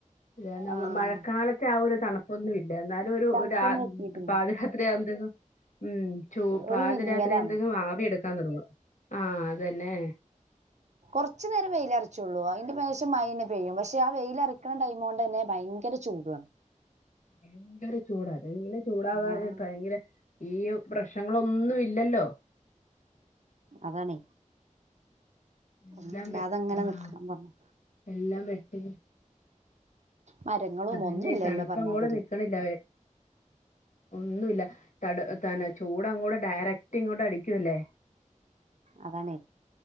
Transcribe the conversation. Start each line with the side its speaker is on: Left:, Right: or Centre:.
Left: ശരിയ അ ന
Right: ആഹ്
Left: മഴക്കാലത്തെ ആ ഒരു തണു ഒന്നുമില്ല എന്നാലും ഒരു
Right: തണുപ്പൊന്നും എത്തിയിട്ടില്ല
Left: പാതി രാത്രി ആവുമ്പോതീനും ഉം ചൂ
Right: ഒരു
Left: പാതി
Right: വിങ്ങലാണ്
Left: രാത്രി ആകുമ്പോഴേയ്ക്കും ആവി എടുക്കാൻ തൊടങ്ങും ആഹ് അത് തന്നെ.
Right: <inaudible> കൊറച്ചു നേരം വെയിലരച്ചോളൂ അതിന്റെ പ്രാവിശ്യം മയ തന്നെ പെയ്യും പക്ഷെ ആ വെയിലറക്കിക്കുന്ന ടൈം കൊണ്ട് തന്നെ ഭയങ്കര- ചൂടുവാണ്
Left: ഭയങ്കര ചൂടാതെ ഇന്ന് ചൂടാവാതെ
Right: ആഹ്
Left: ഭയങ്കര- ഈ പ്രശ്നങ്ങളൊന്നും ഇല്ലല്ലോ
Right: അതാണേ
Left: എല്ലാം
Right: ഒന്നുല്ലാതെ
Left: വെയ്ക്കൽ
Right: അങ്ങനെ
Left: ആഹ്
Right: നിക്കണം പറഞ്ഞു
Left: എല്ലാം വെക്കല്
Right: മരങ്ങളും
Left: അത്
Right: ഒന്നുംല്ലല്ലോ
Left: തന്നെ തണുപ്പങ്ങൊട്
Right: പറഞ്ഞാതിരി
Left: നിക്കണില്ല ഒന്നുമല്ല തണൽ ചൂട് അങ്ങോട് ഡയറക്ട് ഇങ്ങോട്ട് അടിക്കുംല്ലേ
Right: അതാണേ